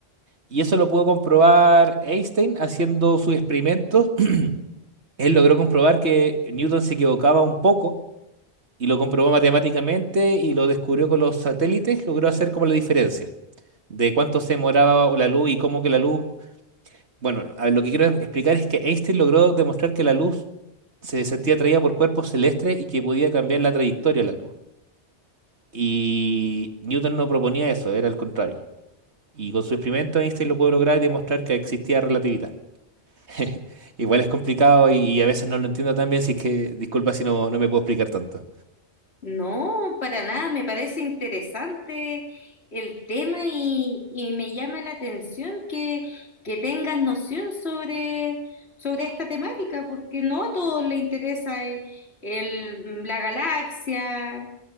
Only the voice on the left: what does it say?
No, para nada, me parece interesante el tema y, y me llama la atención que, que tengas noción sobre, sobre esta temática, porque no a todos les interesa eh, el- la galaxia